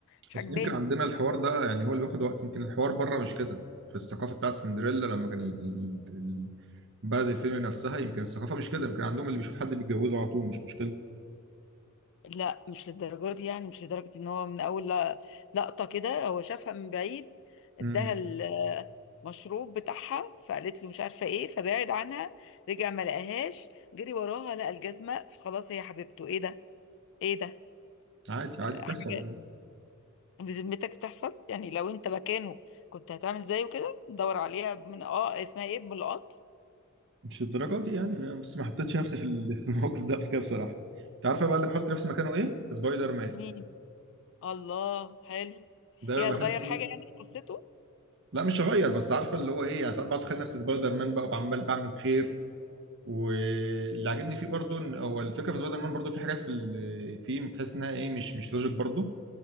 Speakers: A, on the left; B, on the right.
A: مش
B: بس
A: عجباني
B: يمكن عندنا الحوار ده يعني هو اللي بياخد وقت يمكن الحوار بره مش كده في الثقافة بتاعت سندريلا لما كان ال- ال- بلد الفيلم نفسها يمكن الثقافة مش كده يمكن عندهم اللي بيشوف حد بيتجوزه على طول مش مشكلة
A: لا مش للدرجات دي يعني مش لدرجة ان هو من اول ل- لقطة كده هو شافها من بعيد اداها
B: امم
A: المشروب بتاعها فقالت له مش عارفة ايه فبعد عنها رجع ما لقاهاش جري وراها لقى الجزمة فخلاص هي حبيبته ايه ده ايه ده
B: عادي عادي بتحصل
A: حاجة
B: والله
A: بذمتك بتحصل يعني لو انت مكانه كنت هتعمل زيه كده دور عليها من اه اسمها ايه بملقط
B: مش الدرجة دي يعني بس ما حطيتش نفسي في ال- <laughs> في الموقف ده بس كده بصراحة انت عارفة بقى اللي بحط نفسي مكانه ايه سبايدر مان
A: مين الله حلو
B: ده
A: ايه
B: بحسه
A: هتغير حاجة يعني في قصته
B: لا مش هغير بس عارفة اللي هو ايه يعني ساعات بقعد اتخيل نفسي سبايدر مان بقى وعمال بعمل خير واللي عجبني فيه برضو ان هو الفكره في سبايدر مان برضو في حاجات في ال- فيه بتحس انها ايه مش مش لوجيك برضو